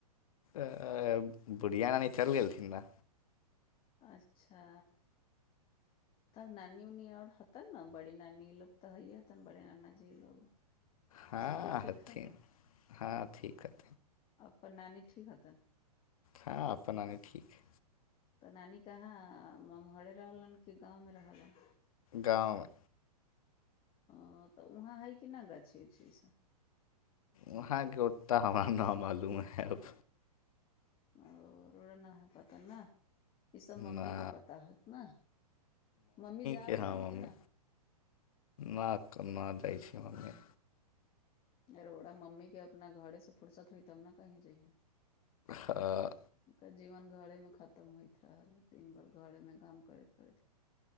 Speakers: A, on the left; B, on the left.
A: अह बुढ़िया नानी चल गेलखिन न।
B: अच्छा। तब नानी-उनी आओर हतन न? बड़ी नानी ई लोग तऽ हैए हेतन बड़े नाना जी लोग।
A: हँ,
B: सब कोई ठीक
A: हथिन।
B: है न
A: हँ, ठीक हइ।
B: अपन नानी ठीक हतन?
A: हँ, अपन नानी ठीक हइ।
B: तऽ नानी कहाँ, ममहरे रहलन कि गाँवमे रहलन?
A: गाँवमे।
B: ओ, तऽ उहाँ हइ कि नहि गाछी-उछी ईसभ?
A: वहाँ के ओत्ता हमरा न मालूम हय अब।
B: ओ, रउरा ना हइ पता, नै? ईसब मम्मीके
A: ना
B: पता हैत न? मम्मी जा
A: के
B: उ
A: हाँ
B: लेन
A: मम्मी
B: कि न?
A: ना तऽ ना जाइ छै मम्मी।
B: रउरा मम्मीके अपना घरेसे फुरसत होइ तब न कहीं जइहेँ।
A: हँ।
B: ओकर जीवन घरेमे खत्म होइत रहलै। दिन भर घरेमे काम करैत करैत।